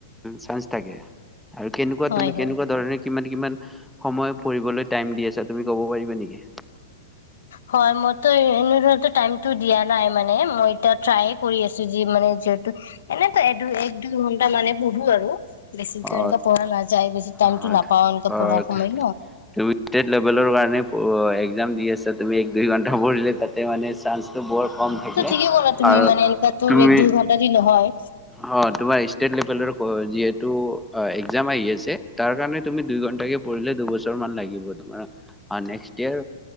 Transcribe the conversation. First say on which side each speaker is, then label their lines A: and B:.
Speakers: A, in the centre; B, on the left.
A: চানছ থাকে। আৰু কেনেকুৱা
B: হয়
A: তুমি
B: হয়
A: কেনেকুৱা ধৰণে কিমান? কিমান সময় পঢ়িবলৈ টাইম দি আছা তুমি কব পাৰিবা নেকি?
B: হয় মইতো এনে ধৰ টাইমটো দিয়া নাই মানে মই এতিয়া ট্ৰাই কৰি আছোঁ। যি মানে যিহেতু এনেটো দুই এক দুই ঘণ্টা মানে পঢ়ো আৰু বেছিতো
A: অ
B: এনেকা পঢ়া নাযায় বেছি টাইমটো
A: হয়
B: নাপাও
A: দুয়োটা
B: এনেকা পঢ়া সময় ন
A: লেবেলৰ কাৰণে একজাম দি আছা তুমি এক দুই ঘণ্টা পঢ়িলে তাতে মানে। চানচটো বৰ
B: হয়
A: কম
B: হয় এইটোতো
A: থাকে
B: ঠিকে ক'লা তুমি
A: আৰু
B: মানে এনেকুৱাতো
A: তুমি
B: এক দুই ঘন্টা দি নহয়
A: হয় তোমাৰ ষ্টেট লেভেলৰ হয় যিহেতু একজাম আহি আছে তাৰ কাৰণে তুমি দুই ঘণ্টাকে পঢ়িলে দুবছৰমান লাগিব। তোমাৰ নেক্সট ইয়েৰ